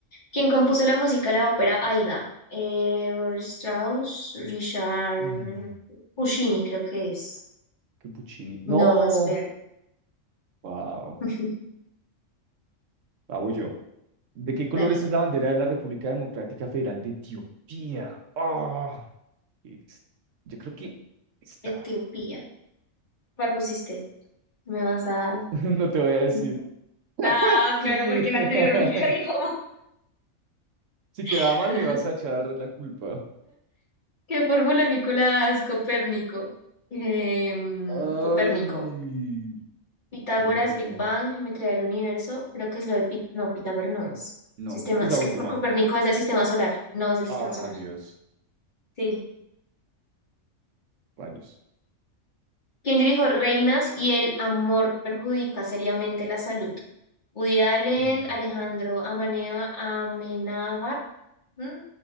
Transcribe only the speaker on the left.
¿Quién compuso la música de la ópera Aida? Eh, Robert Strauss, Richard
Puccini, creo que es.
No, es Ver.
<laughs>
Dale.
Etiopía. ¿Cuál pusiste? Me vas a...
no.
Ah, claro,
porque la
anterior me la dijo.
<laughs>
¿Qué formuló Nicolás Copérnico? Em,
Copérnico. Pitágoras,
Big Bang, geometría del universo, creo que es lo de Pit, no, Pitágoras no es.
Sistema,
es
que
por Copérnico es del sistema solar, no es del sistema
solar.
Sí.
¿Quién dirijo Reinas y el amor perjudica seriamente la salud? Woody Allen,
Alejandro Amaneo, Amenábar, ¿m?